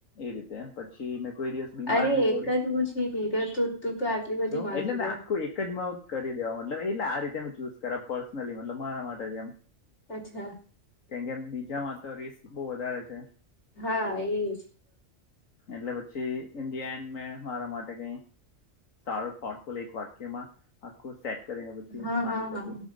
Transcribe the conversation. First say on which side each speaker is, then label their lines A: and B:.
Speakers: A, on the left; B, on the left.
A: એ રીતે પછી મેં કોઈ દિવસ બીમાર
B: અરે
A: નહી
B: એક
A: પડું
B: જ પૂછી તી તું તું તો આટલી બધી
A: શું
B: માંગી
A: એટલે મેં
B: લે
A: આખું એક જ કરી દેવા માટે લ એટલે આ રીતે મે ચૂઝ કર પર્સનલી મતલબ મારા માટે જેમ
B: અચ્છા
A: કેમ કે બીજામાં તો રિસ્ક બહ વધારે છે.
B: હા એ
A: એટલે પછી ઇ ધી એન્ડ મે મારા માટે કઈ સારો થોટફુલ એક વાક્યમા આખું સેટ કરીને પછી
B: હા
A: માંગી
B: હા
A: શકુ
B: હા